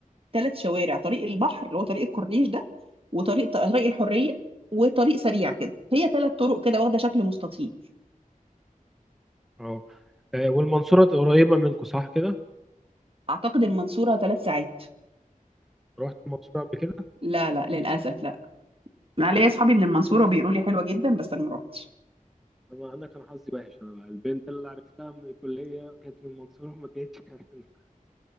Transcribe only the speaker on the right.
ثلاث شوارع طريق البحر اللي هو طريق الكورنيش ده وطريق طريق الحريه وطريق سريع كده هي ثلاث طرق كده واخده شكل مستطيل
اعتقد المنصوره ثلاث ساعات
لا لا للاسف لا انا ليا اصحابي من المنصوره وبيقولوا لي حلوه جدا بس انا ما روحتش